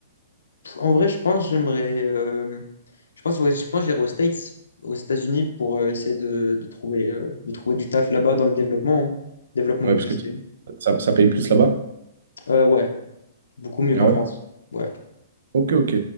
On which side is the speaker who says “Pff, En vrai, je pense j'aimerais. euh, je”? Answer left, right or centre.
Left